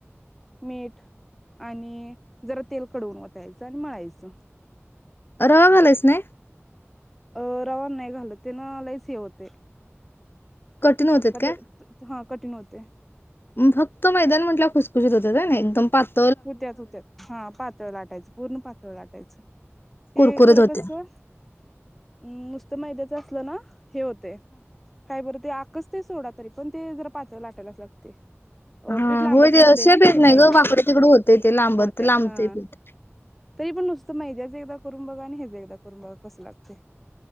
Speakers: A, in the centre; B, on the left.
A: मीठ आणि जरा तेल कडवून वतायचं आणि मळायचं.
B: रवा घालायचा नाही.
A: अ रवा नाही घालत तेन लईच हे होतय.
B: कठीण होतात
A: कता
B: काय?
A: हा कठीण होतेय.
B: फक्त मैदान म्हट खुसखुशीत होत्यात होय नाय एकदम पात.
A: होत्याच होत्यात हा पातळ लाटायचं, पूर्ण पातळ लाटायचं.
B: कुरकुरीत
A: ते खरं
B: होत्या.
A: कस नुसत मैद्यात. असलं ना हे होत ते काय बरं ते आकसतय ते सोडा तरी पण ते जर पातळ लाटायलाच लागते. अ
B: हा
A: पीठ लांबत
B: होय ते
A: नसते
B: शेप
A: ते
B: येत नाही
A: मैद्यात
B: ग वाकडं तिकडं थोडं होतंय ते लांबत
A: होत्यात
B: लांबतय
A: हा
B: पीठ
A: तरी पण नुसतं मैद्याचं एकदा करून बघा, आणि हेच एकदा करून बघा कसं लागतंय.